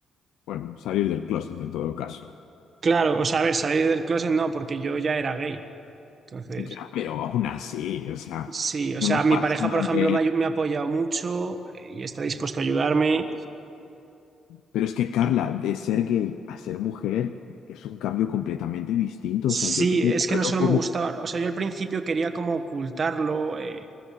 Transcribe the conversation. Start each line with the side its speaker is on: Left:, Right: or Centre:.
Left: Bueno, salir del closet en todo caso.
Right: Claro, o sea, a ver, salir del closet no, porque yo ya era gay. Entonces,
Left: Ya, pero aún así, o sea,
Right: sí, o
Left: hemos
Right: sea, mi
Left: pasado
Right: pareja, por ejemplo,
Left: de...
Right: me ha, ayu- me ha apoyado mucho eh, y está dispuesto a ayudarme.
Left: Pero es que, Carla, de ser gay a ser mujer es un cambio completamente distinto.
Right: Sí,
Left: O sea, yo te recuerdo
Right: es que no solo
Left: como...
Right: me gustaba, o sea, yo al principio quería como ocultarlo, eh,